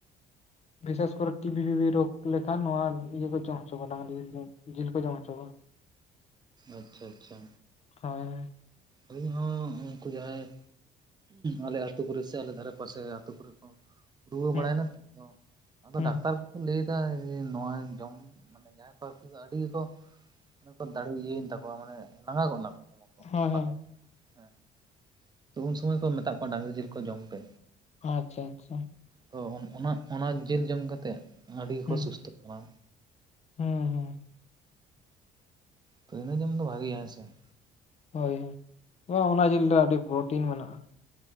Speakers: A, on the left; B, on the right.
A: ᱵᱤᱥᱮᱥ ᱠᱚᱨᱮ ᱴᱤᱵᱤ ᱵᱤᱵᱤ ᱨᱳᱜᱽ ᱞᱮᱹᱠᱷᱟᱱ ᱱᱚᱣᱟ ᱤᱭᱟᱹ ᱠᱚ ᱡᱚᱢ ᱦᱚᱪᱚ ᱠᱚᱣᱟ ᱰᱟᱹᱝᱨᱤ ᱡᱤᱞ ᱡᱤᱞ ᱠᱚ ᱡᱚᱢ ᱦᱚᱪᱚ ᱠᱚᱣᱟ
B: ᱟᱪᱪᱷᱟ ᱟᱪᱪᱷᱟ
A: ᱦᱚᱭ
B: ᱟᱹᱞᱤᱧ ᱦᱚᱸ ᱩᱱᱠᱩ ᱡᱟᱦᱟᱸᱭ ᱟᱞᱮ ᱟᱹᱛᱩ ᱠᱚᱨᱮ ᱥᱮ ᱟᱞᱮ ᱫᱷᱟᱨᱮ ᱯᱟᱥᱮ ᱟᱹᱛᱩ ᱠᱚᱨᱮ ᱠᱚ ᱨᱩᱣᱟᱹ
A: ᱦᱩᱸ
B: ᱵᱟᱲᱟᱭᱱᱟ ᱛᱚ ᱟᱫᱚ
A: ᱦᱩᱸ
B: ᱰᱟᱠᱛᱟᱨ ᱠᱚᱠᱚ ᱞᱟᱹᱭ ᱪᱮᱫᱟᱜ ᱡᱮ ᱱᱚᱣᱟ ᱡᱚᱢ ᱢᱟᱹᱱᱮ ᱡᱟᱦᱟᱸᱭ ᱠᱚ ᱫᱚ ᱟᱹᱰᱤ ᱜᱮ ᱠᱚ ᱚᱱᱟ ᱠᱚ ᱫᱟᱲᱮ ᱤᱭᱟᱹᱭᱮᱱ ᱛᱟᱠᱚᱣᱟ ᱢᱟᱱᱮ ᱞᱟᱸᱜᱟ ᱜᱚᱫ ᱱᱟᱠᱚ ᱦᱚᱲᱢᱚ ᱠᱚ
A: ᱦᱳᱭ ᱦᱳᱭ
B: ᱞᱟᱸᱜᱟ ᱦᱮᱸ ᱛᱚ ᱩᱱ ᱥᱚᱢᱚᱭ ᱠᱚ ᱢᱮᱛᱟᱜ ᱠᱚᱣᱟ ᱰᱟᱹᱝᱨᱤ ᱡᱤᱞ ᱠᱚ ᱡᱚᱢ ᱯᱮ
A: ᱟᱪᱪᱷᱟ ᱟᱪᱪᱷᱟ
B: ᱛᱚ ᱚᱱᱟ ᱚᱱᱟ ᱡᱤᱞ ᱡᱚᱢ ᱠᱟᱛᱮᱫ ᱟᱹᱰᱤ ᱜᱮᱠᱚ
A: ᱦᱩᱸ
B: ᱥᱩᱥᱛᱷ ᱠᱟᱱᱟ
A: ᱦᱩᱸ ᱦᱩᱸ
B: ᱯᱳᱭᱞᱚ ᱡᱚᱢ ᱫᱚ ᱵᱷᱟᱜᱮᱭᱟ ᱦᱮᱸ ᱥᱮ ᱾
A: ᱦᱳᱭ ᱦᱳᱭ, ᱵᱟᱝ ᱚᱱᱟ ᱡᱤᱞ ᱨᱮ ᱟᱹᱰᱤ ᱯᱨᱚᱴᱤᱱ ᱢᱮᱱᱟᱜᱼᱟ ᱾